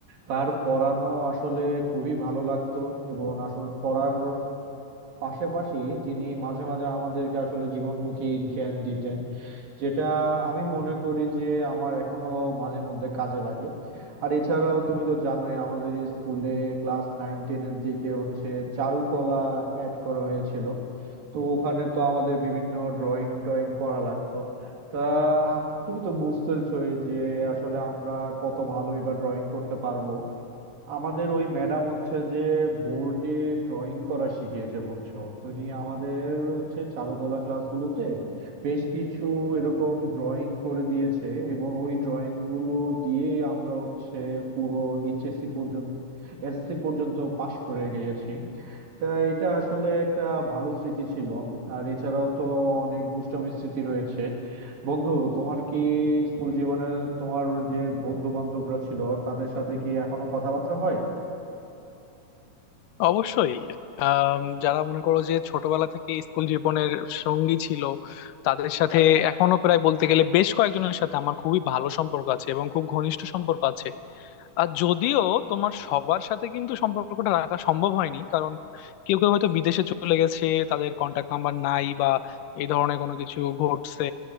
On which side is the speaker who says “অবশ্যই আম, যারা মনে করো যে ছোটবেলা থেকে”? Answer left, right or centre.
Left